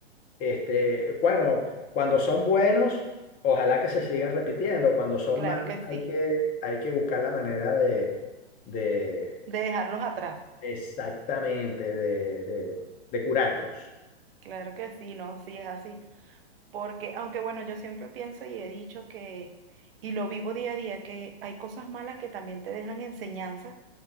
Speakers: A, on the left (about 25°); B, on the right (about 55°).
A: Este, bueno, cuando son buenos, ojalá que se sigan repitiendo. Cuando son
B: claro
A: malos,
B: que sí.
A: hay que, hay que buscar la manera de, de
B: De dejarlos atrás,
A: exactamente, de, de, de curarlos.
B: claro que sí, no, sí es así. Porque, aunque bueno, yo siempre pienso y he dicho que, y lo vivo día a día, que hay cosas malas que también te dejan enseñanza,